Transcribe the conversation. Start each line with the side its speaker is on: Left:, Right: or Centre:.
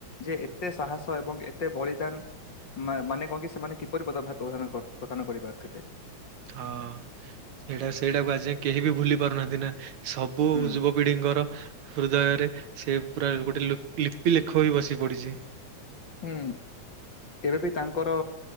Left: ଯେ ଏତେ ସାହସ ଏବଂ ଏତେ ବଳିଦାନ ମାନେ କହ କି ସେମାନେ କିପରିଦାନ ପ୍ରଦାନ କରିପାରିଥିଲେ
Right: ହଁ ସେଇଟା ସେଇଟାକୁ ଆଜ କେହି ବି ଭୁଲି ପାରୁନାହାନ୍ତି ନା ସବୁ
Left: ହୁଁ।
Right: ଯୁବପିଢିଙ୍କର ହୃଦୟରେ ସେ ପୁରା ଗୋଟେ ଲିପି ଲେଖ ହୋଇ ବସି ପଡ଼ିଛି
Left: ହୁଁ କେବେବ ତାଙ୍କର